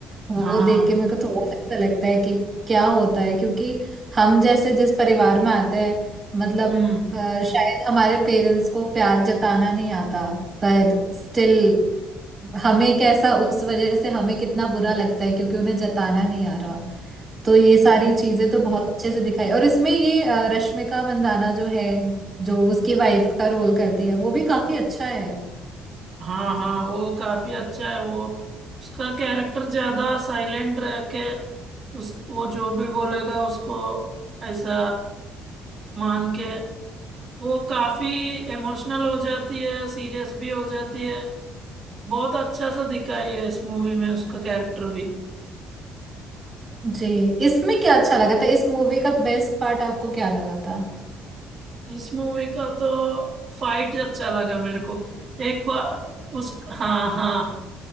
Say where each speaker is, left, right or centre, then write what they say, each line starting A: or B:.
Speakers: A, on the right; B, on the right.
A: वो
B: हाँ
A: देख के मेरे को थोड़ा सा ऐसा लगता है कि क्या होता है क्योंकि हम जैसे जिस परिवार में आते हैं मतलब
B: हम्म
A: अ, शायद हमारे पेरेंट्स को प्यार जताना नहीं आता पर स्टिल हमें कैसा उस वजह से हमें कितना बुरा लगता है क्योंकि उन्हें जताना नहीं आ रहा तो ये सारी
B: बि-
A: चीजें तो बहुत अच्छे से दिखाई और इसमें ये अ, रश्मिका मंदाना जो है जो उसकी वाइफ का रोल करती है वो भी काफी अच्छा है
B: हाँ हाँ वो काफी अच्छा है वो उसका कैरेक्टर ज्यादा साइलेंट रह के उस वो जो भी बोलेगा उसको ऐसा मान के वो काफी इमोशनल हो जाती है सीरियस भी हो जाती है बहुत अच्छा सा दिखाई है इस मूवी में उसका कैरेक्टर भी
A: जी इसमें क्या अच्छा लगा था इस मूवी का बेस्ट पार्ट आपको क्या लगा था
B: इस मूवी का तो फाइट अच्छा लगा मेरे को एक बार उस हाँ हाँ